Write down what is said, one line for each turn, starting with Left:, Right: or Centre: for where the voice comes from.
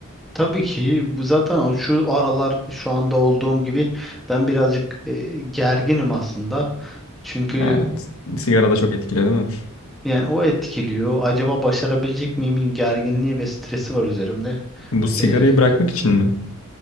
Centre: tabii ki bu zaten o şu aralar şu anda olduğum gibi ben birazcık e, gerginim aslında. Çünkü
Left: Evet. Sigara da çok etkiliyor değil mi?
Centre: yani o etkiliyor. Acaba başarabilecek miyimin gerginliği ve stresi var üzerimde.
Left: Bu sigarayı
Centre: E,
Left: bırakmak için mi?